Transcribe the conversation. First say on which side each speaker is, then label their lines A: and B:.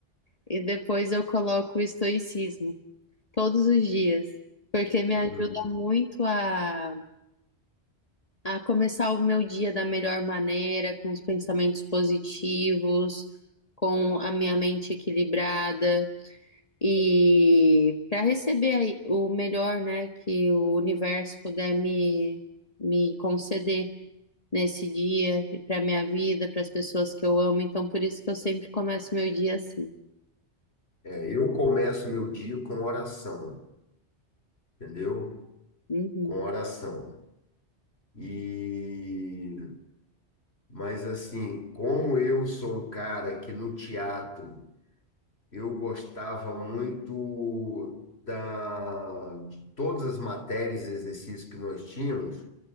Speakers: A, on the left (about 35°); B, on the left (about 65°).
A: e depois eu coloco o estoicismo todos os dias, porque me
B: uhum.
A: ajuda muito a, a começar o meu dia da melhor maneira, com os pensamentos positivos, com a minha mente equilibrada. E para receber aí o melhor, né, que o universo puder me, me conceder nesse dia e para minha vida, para as pessoas que eu amo. Então, por isso que eu sempre começo meu dia assim.
B: É, eu começo meu dia com oração. entendeu?
A: Uhum,
B: Com oração. E mas assim, como eu sou um cara que no teatro eu gostava muito da de todas as matérias e exercícios que nós tínhamos,